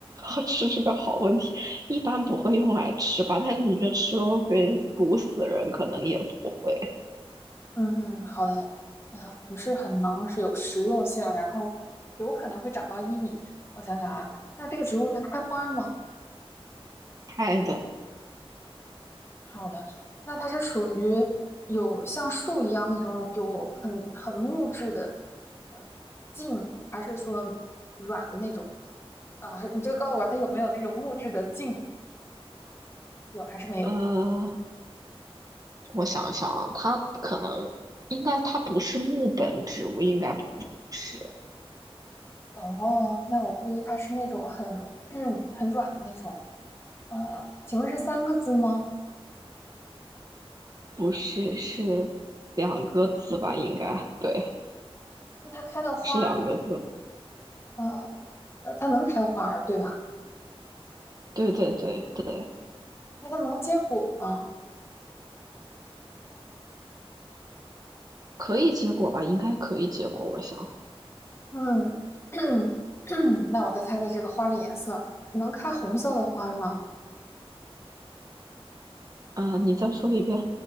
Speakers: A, on the right; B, on the left.
A: 要吃是个好问题，一般不会用来吃吧？但是你说吃了会被毒死人，可能也不会。
B: 嗯嗯，好的。呃，不是很能，是有食用性，然后有可能会长到一米。我想想啊，那这个植物它开花吗？
A: 开的，
B: 好的，那它是属于有像树一样那种有很很木质的呃茎，还是说软的那种？啊、你就告诉我它有没有那种木质的茎？有还是没有？
A: 呃，我想一想啊，它可能应该它不是木本植物，应该不是，
B: 哦，那我估计它是那种很 <clears throat> 嗯很软的那种。呃，请问是三个字吗？
A: 不是是两个字吧？
B: 就是
A: 应该对，
B: 那它开的花儿，
A: 是两个字，
B: 呃呃，它能开花儿对吧？
A: 对对对对，
B: 那它能结果吗？
A: 可以结果吧？应该可以结果，我想，
B: 嗯，<clears throat> 那我再猜猜这个花的颜色，能开红色的花吗？
A: 呃，你再说一遍，